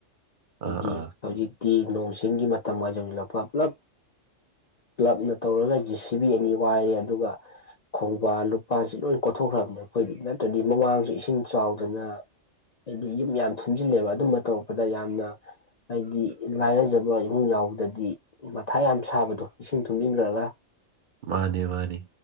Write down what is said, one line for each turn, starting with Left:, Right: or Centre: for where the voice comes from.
Left: ꯍꯥꯏꯗꯤ
Right: ꯑꯥ ꯑꯥ
Left: ꯍꯧꯖꯤꯛꯇꯤ ꯅꯣꯡ ꯆꯤꯡꯒꯤ ꯃꯇꯝ ꯑꯣꯏꯅ ꯌꯧꯁꯤꯜꯂꯛꯄ ꯄꯨꯂꯞ ꯀ꯭ꯂꯕꯅ ꯇꯧꯔꯒ ꯖꯤ ꯁꯤ ꯕꯤ ꯑꯅꯤ ꯋꯥꯏꯔꯦ ꯑꯗꯨꯒ ꯈꯣꯡꯕꯥꯟ ꯂꯨꯄꯥꯁꯤ ꯂꯣꯏ ꯀꯣꯊꯣꯛꯈ꯭ꯔꯕꯅꯤ ꯑꯩꯈꯣꯏꯗꯤ ꯅꯠꯇ꯭ꯔꯗꯤ ꯃꯃꯥꯡꯁꯨ ꯏꯁꯤꯡ ꯆꯥꯎꯗꯅ ꯍꯥꯏꯗꯤ ꯌꯨꯝ ꯌꯥꯝ ꯊꯨꯝꯖꯤꯜꯂꯦꯕ ꯑꯗꯨꯝꯕ ꯇꯧꯔꯛꯄꯗ ꯌꯥꯝꯅ ꯍꯥꯏꯗꯤ ꯂꯥꯏꯔꯖꯕ ꯏꯃꯨꯡ ꯌꯥꯎꯕꯗꯗꯤ ꯃꯊꯥ ꯌꯥꯝ ꯁꯥꯕꯗꯣ ꯏꯁꯤꯡ ꯊꯨꯝ ꯏꯟꯈ꯭ꯔꯒ
Right: ꯃꯥꯅꯦ ꯃꯥꯅꯦ